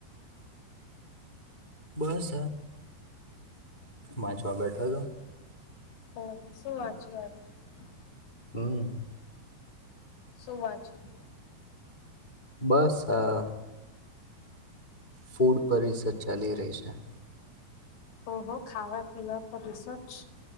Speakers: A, on the left; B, on the left.
A: બસ વાંચવા બેઠો તો.
B: ઓ હો શું વાંચીયું આજે?
A: હમ્મ.
B: શું વાંચીયું?
A: બસ આ ફૂડ પરિસદ ચાલી રહી છે.
B: ઓહો ખાવા પીવા પણ હશે જ.